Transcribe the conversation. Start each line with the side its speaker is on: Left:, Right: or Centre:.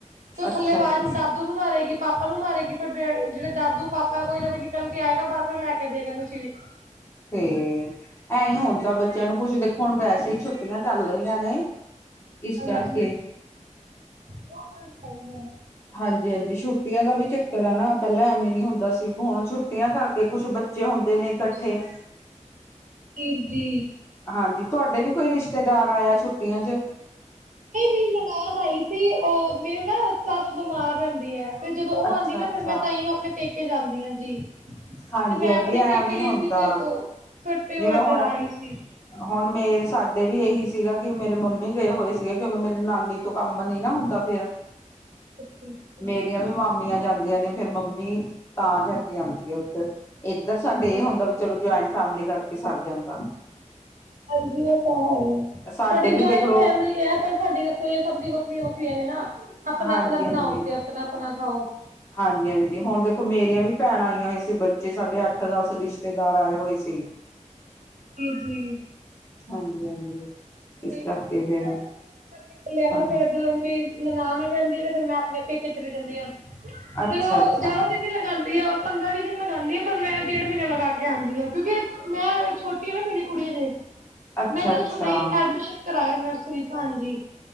Right: ਤੇ ਉਹ
Left: ਅੱਛਾ
Right: ਥੱਲੇ ਆਵਾਜ਼
Left: ਅੱਛਾ।
Right: ਦਾਦੂ ਨੂੰ ਮਾਰੇਗੀ ਪਾਪਾ ਨੂੰ ਮਾਰੇਗੀ ਫੇਰ ਬੇ ਜਿਹੜੇ ਦਾਦੂ ਪਾਪਾ ਕੋਈ ਨਾ ਕੋਈ ਨਿਕਲ ਕੇ ਆਏਗਾ ਬਾਰ ਫਿਰ, ਲੈ ਕੇ ਦਏਗਾ ਏਨੂੰ ਚੀਜ਼
Left: ਫਿਰ, ਐਈ ਹੁੰਦਾ ਬੱਚਿਆਂ ਨੂੰ ਕੁੱਝ ਦੇਖੋ ਹੁਣ ਵੈਸੇ ਈ ਛੁੱਟੀਆਂ ਚੱਲ ਰਹੀਆਂ ਨੇ। ਇਸ ਕਰਕੇ
Right: ਹਾਂਜੀ ਉਹ ਤੇ ਹੈਈ ਐ।
Left: ਹਾਂਜੀ ਹਾਂਜੀ ਛੁੱਟੀਆਂ ਦਾ ਵੀ ਚੱਕਰ ਏ ਨਾ ਪਹਿਲਾਂ ਐਵੇਂ ਨੀ ਹੁੰਦਾ ਸੀ ਹੁਣ ਛੁੱਟੀਆਂ ਕਰਕੇ ਕੁੱਛ ਬੱ ਚੇ ਹੁੰਦੇ ਨੇ ਇਕੱਠੇ।
Right: ਚੀਜ਼ੀ।
Left: ਹਾਂਜੀ ਤੁਹਾਡੇ ਨੀ ਕੋਈ ਰਿਸ਼ਤੇਦਾਰ ਆਇਆ ਛੁੱਟੀਆਂ ਚ।
Right: ਨਹੀ ਮੇਰੀ ਨਨਾਣ ਆਈ ਸੀ ਉਹ ਮੇਰੀ ਨਾ ਸੱਸ ਬਮਾਰ ਰਹਿੰਦੀ ਐ। ਤੇ ਜਦੋਂ ਉਹ
Left: ਅੱਛਾ
Right: ਆਂਦੀ ਨਾ
Left: ਅੱਛਾ
Right: ਫੇਰ ਮੈਂ ਤਾਂਹੀਓ ਆਪਣੇ ਪੇਕੇ ਜਾਂਦੀ ਆਂ। ਜੀ
Left: ਹਾਂਜੀ
Right: ਤੇ ਮੈਂ
Left: ਹਾਂਜੀ
Right: ਆਪਣੇ
Left: ਐਵੇਂ
Right: ਪੇਕੇ ਗਈ
Left: ਹੁੰਦਾ
Right: ਸੀ ਤੇ ਓ ਫੇਰ ਤੇ ਓ
Left: ਜਿਵੇਂ
Right: ਏਧਰ
Left: ਹੁਣ
Right: ਆ ਗਈ ਸੀ।
Left: ਹੁਣ ਮੇਰੇ ਸਾਡੇ ਵੀ ਇਹੀ ਸੀਗਾ ਕਿ ਮੇਰੇ ਮੰਮੀ ਗਏ ਹੋਏ ਸੀਗੇ ਕਿਉਂਕਿ ਮੇਰੀ ਨਾਨੀ ਤੋਂ ਕੰਮ ਨੀ ਨਾ ਹੁੰਦਾ ਫੇਰ
Right: ਅੱਛਾ ਅੱਛਾ
Left: ਮੇਰੀਆਂ ਵੀ ਮਾ ਮੀਆਂ ਜਾਂਦੀਆਂ ਨੇ ਫੇਰ ਮੰਮੀ ਤਾਂ ਜਾ ਕੇ ਆਂਦੀ ਆ ਹੈ ਉੱਧਰ। ਇੱਧਰ ਸਾਡੇ
Right: ਜੀ
Left: ਇਹ ਹੁੰਦਾ ਵੀ ਚਲੋ ਜੁਆਇੰਟ ਫੈਮਿਲੀ ਕਰਕੇ ਸਰ ਜਾਂਦਾ।
Right: ਹਾਂਜੀ ਓ ਤਾਂ ਹੈਈ ਐ ਤੁਹਾਡੀ
Left: ਸਾਡੇ ਵੀ
Right: ਜੁਆਇੰਟ
Left: ਦੇਖਲੋ
Right: ਫੈਮਲੀ ਏ। ਪਰ ਸਾਡੀ ਰਸੋਈਆਂ ਸਭ ਦੀਆ ਵੱਖਰੀਆਂ ਵੱਖਰੀਆਂ ਨੇ ਨਾ ਆਪਣਾ
Left: ਹਾਂਜੀ
Right: ਅਪਣਾ ਬਣਾਓ
Left: ਹਾਂਜੀ
Right: ਤੇ ਆਪਣਾ ਅਪਣਾ ਖਾਓ।
Left: ਹਾਂਜੀ ਹਾਂਜੀ ਹੁਣ ਦੇਖੋ ਮੇਰੀਆਂ ਵੀ ਭੈਣਾਂ ਆਈਆਂ ਹੋਈਆਂ ਸੀ ਬੱਚੇ ਸਾਢੇ ਅੱਠ ਦਸ ਰਿਸ਼ ਰਿਸ਼ਤੇਦਾਰ ਆਏ ਹੋਏ ਸੀ।
Right: ਕੀ ਜੀ।
Left: ਹਾਂਜੀ ਹਾਂਜੀ। ਇਸ
Right: ਨਹੀਂ
Left: ਕਰਕੇ ਫੇਰ
Right: <unintelligible>
Left: ਤਾਂ
Right: ਫਿਰ ਇਧਰੋਂ ਵੀ। ਨਨਾਣ ਰਹਿੰਦੀ ਆ ਤੇ ਫੇਰ ਮੈਂ ਆਪਣੇ ਪੇਕੇ ਚਲੀ ਜਾਂਦੀ ਆ
Left: ਅੱਛਾ
Right: ਫੇਰ ਉਹ
Left: ਅੱਛਾ
Right: ਜ਼ਿਆਦਾ ਦਿਨ ਨੀ ਲਗਾਂਦੀ। ਜਾ ਪੰਦਰਾਂ ਵੀਹ ਦਿਨ ਲਗਾਂਦੀ ਆ ਪਰ ਮੈਂ ਡੇਢ ਮਹੀਨੇ ਲਗਾ ਕੇ ਆਂਦੀ ਆ ਕਿਉਂਕਿ ਮੈਂ ਛੋਟੀ ਆ ਨਾ ਮੇਰੀ ਕੁੜੀ ਹਜੇ
Left: ਅੱਛਾ
Right: ਮੈਂ ਜਸਟ
Left: ਅੱਛਾ
Right: ਹੁਣੀ ਐਡਮਿਸ਼ਨ ਕਰਾਇਆ ਨਰਸਰੀ ਚ ਹਾਂਜੀ।